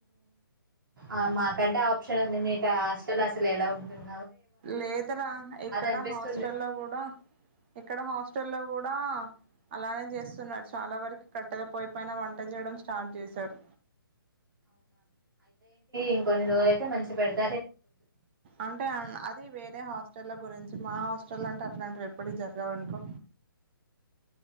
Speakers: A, on the right (about 65°); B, on the right (about 30°).
A: ఆ మాకంటే ఆప్షన్ ఉంది మీకు హాస్టల్ అసలు ఎలా ఉంటుంది
B: లేదురా ఇక్కడ
A: అనిపిస్తుంది
B: హాస్టల్లో కూడా ఇక్కడ హాస్ట హట లో కూడా అలానే చేస్తున్నారు చాలా వరకు కట్టెల పోయిపోయినా వంట చేయడం స్టార్ట్ చేశారు
A: ఇంకోన్ని రోజులు అయితే మంచి పెడుతూ
B: అంటే అది వేరే హాస్టల్ల గురించి మా హాస్టల్ అంటే అట్లాంటి రేపు ఎప్పుడి జగ అకు